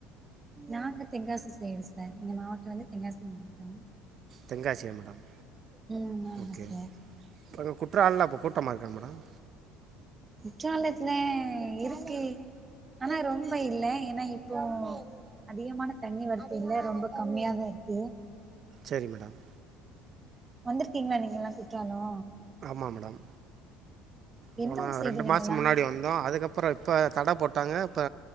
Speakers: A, on the right; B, on the right.
A: நாங்க தென்காசி செய்டு சார் எங்க மாவட்டோ வந்து தென்காசி மாவட்டோ
B: தென்காசியா மேடம்
A: ம் ஆமா
B: ஓகே
A: சார்
B: ஓகே இப்போ அங்கே குற்றாலில் இப்போ கூட்டமாக இருக்கா மேடம்
A: குற்றாலத்துல இருக்கு ஆனா ரொம்ப இல்ல ஏனா இப்போ அதிகமான தண்ணி வரத்து இல்ல ரொம்ப கம்மியாதா இருக்கு <inaudible>
B: சரி மேடம்
A: வந்திருக்கீங்களா நீங்கல்லா குற்றாலோ
B: மா மேடம் போன
A: எந்த ஊர் சைடு
B: ரெண்டு
A: நீங்கல்லா
B: மாசோ முன்னாடி வந்தோ அதுக்கப்பறப் இப்ப தட போட்டாங்க இப்ப